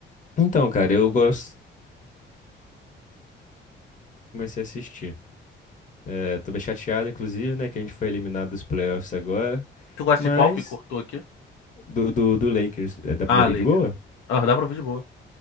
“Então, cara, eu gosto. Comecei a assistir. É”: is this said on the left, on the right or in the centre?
Left